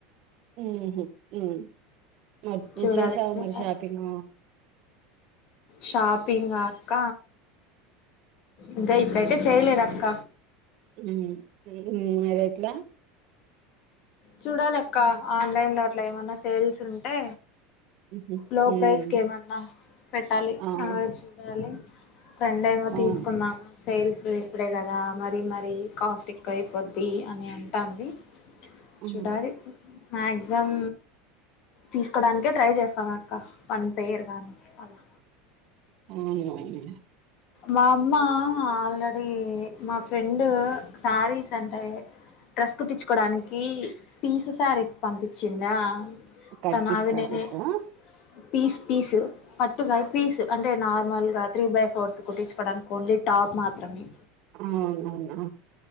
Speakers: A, on the right; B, on the left.
A: ఉహు ఉ మరి
B: చూడాలి
A: ఏం చేసావ్
B: చూడాలి
A: మరి షాపింగ్
B: షాపింగ్ ఆ అక్క ఇంకా ఇప్పుడైతే చేయలేద అక్క
A: ఉ ఉ మరి ఎట్లా
B: చూడాలి అక్క ఆన్లైన్ లో అట్ల ఏమన్నా సేల్స్ ఉంటే
A: ఉహు,
B: లో
A: ఉమ్
B: ప్రైస్ కి ఏమన్నా పెట్టాలి
A: అవును
B: ఆ చూడాలి. ట్రెండ్ ఏమో
A: అవును
B: తీసుకున్నాము సేల్స్ ఇప్పుడే కదా మరీ మరీ కాస్ట్ ఎక్కువ అయిపోద్ది అని అంటాన్ది
A: ఉమ్
B: చూడా మాక్సిమం తీసుకోడానికే ట్రై చేస్తాం అక్క వన్ పేర్ గానీ అలా
A: అవునవును
B: మా అమ్మ ఆల్రెడీ మా ఫ్రెండ్ శారీస్ అంటే డ్రెస్ కుట్టించుకోడానికి పీస్ శారీస్ పంపించిందా.
A: కనిపిస్తారుసా
B: తను అవి నేను పీస్ పీసు పట్టుగాదు పీస్ అంటే నార్మల్ గా త్రీ బై ఫోర్త్ కుట్టించుకోవడానికి ఓన్లీ టాప్ మాత్రమే
A: ఆ అవునవునా